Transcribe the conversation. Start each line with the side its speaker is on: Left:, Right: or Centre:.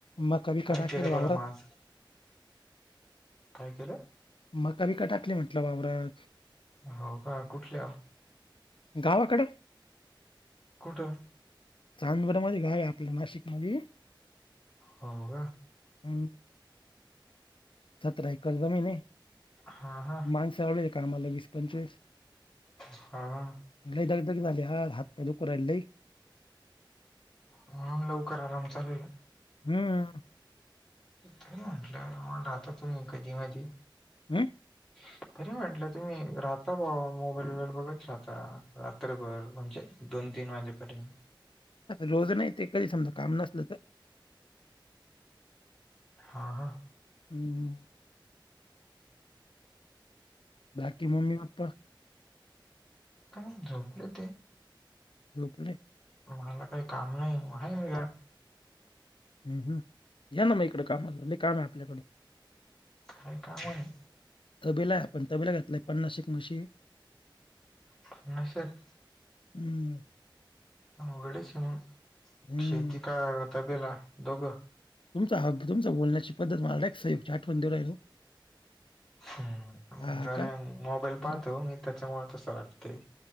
Left: मका बिका
Centre: काय
Left: टाकेले
Centre: केलं
Left: वावरात
Centre: बरं म आज? काय केलं?
Left: मग बिका टाकली म्हटलं वावरात.
Centre: हो का कुठल्या?
Left: गावकड.
Centre: कुठं?
Left: चांदवड मध्ये गाव आय आपलं नाशिकमधी.
Centre: हो का.
Left: हम्म, सतरा एकर जमीन ए.
Centre: हा हा.
Left: माणस लावले कामाला वीस पंचवीस.
Centre: हा हा.
Left: लय दग दग झाली आज हात पाय दुखू राहिले लय.
Centre: म्हणून लवकर आराम चालु आय का?
Left: हम्म.
Centre: तरी म्हटलं आता तुम्ही कधी मधी
Left: हम्.
Centre: <inaudible> तरी म्हटलं तुम्ही राहता मोबाइल बिबायल बघत राहता रात्रभर म्हणजे दोन तीन वाजेपर्यंत.
Left: रोज नाय ते कधी समजा काम नसलं तर.
Centre: हा हा.
Left: हम्म. बाकी मम्मी पप्पा?
Centre: काय नाय झोपले ते.
Left: झोपले?
Centre: मला काम नाय <unintelligible>
Left: हम्म हम्, याना म इकडं कामाला लय काम आय आपल्याकड.
Centre: काय काम होय?
Left: तबेला आय आपण तबेला घेतलाय पन्नास एक म्हशी
Centre: पन्नास एक?
Left: हू
Centre: उघडेच म
Left: हं.
Centre: शेती का तबेला दोघं
Left: तुमचा हक्क तुमचा बोलण्याची पद्धत मला एक नाईक साहेबची आठवण देऊ राहिली ओ
Centre: हू
Left: हां
Centre: जरा
Left: का?
Centre: मोबाईल
Left: बरं
Centre: पाहतो मी त्याच्यामुळे तसं वाटते